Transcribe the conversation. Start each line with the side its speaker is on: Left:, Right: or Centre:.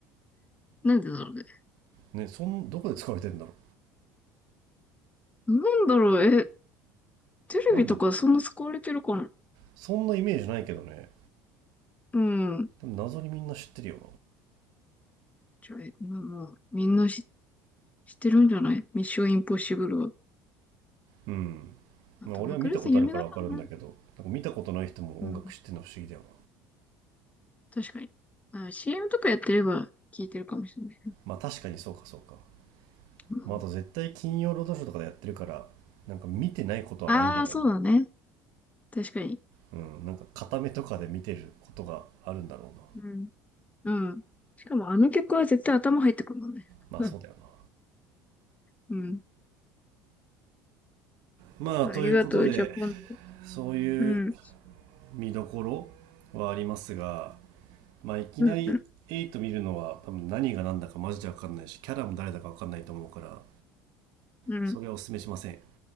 Left: なんでだろうね。
Right: ね、そん、どこで使われてんだろ
Left: なんだろう、え、テレビとかそんな使われてるかな
Right: う。なんでそんなイメージないけどね。
Left: うん。
Right: でも謎にみんな知ってるよ
Left: じゃあ、えまあもう、みんな知知ってるんじゃないミッション・インポッシブルは。
Right: な。うん。
Left: まあ、
Right: まあ俺は見たことあるからわかるんだけど、
Left: トム・クルーズ有名だからな。
Right: なんか見たことない人も音楽知ってるの不思議だよな。
Left: うん。確かに。あ、CM とかやってれば聞いてるかもしれない。
Right: まあ確かにそうかそうか。
Left: うん、
Right: まああと絶対金曜ロードショーとかでやってるから、なんか見てないことはないんだろ
Left: ああ、そうだね。確かに。
Right: うな。うん。なんか片目とかで見てることがあるんだろうな。
Left: うん。うん。しかもあの曲は絶対頭入ってくるもんね。
Right: まあそうだよな。
Left: うん。<laughs>
Right: まあということで、
Left: うん。ありがとう。じゃあ今度。
Right: そういう
Left: うん。
Right: 見どころはありますが、まあいきなり8見るのは多分何が何だかマジで分かんないしキャラも誰だか分かんないと思うから
Left: うん。うん。
Right: それはお勧めしません。